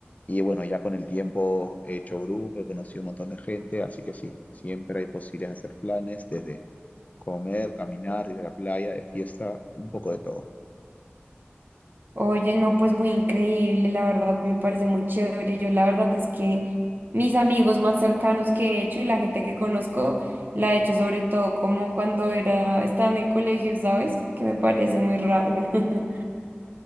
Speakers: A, on the left (about 35°); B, on the right (about 50°).
A: Y bueno, ya con el tiempo he hecho grupo, he conocido un montón de gente, así que sí, siempre hay posibilidades de hacer planes, desde comer, caminar, ir a la playa, de fiesta, un poco de todo.
B: Oye, no, pues muy increíble, la verdad, me parece muy chévere. Yo la verdad es que mis amigos más cercanos que he hecho y la gente que conozco, la he hecho sobre todo como cuando era, estaba en el colegio, ¿sabes? Que me parece muy raro. <laughs>